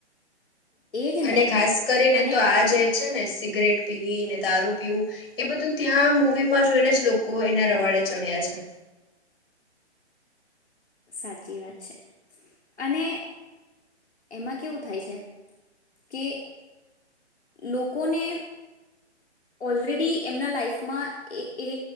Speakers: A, on the left; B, on the left.
A: એજ ને
B: અને ખાસ કરીને
A: અને
B: તો આ જે છે ને સિગરેટ પીવી ને દારૂ પીવું એ બધું ત્યાં મૂવીમાં જોઈને જ લોકો એના રવાડે ચડ્યા છે
A: સાચી વાત છે અને એમાં કેવું થાય છે કે લોકોને ઓલરેડી એમના લાાઈફમાં એ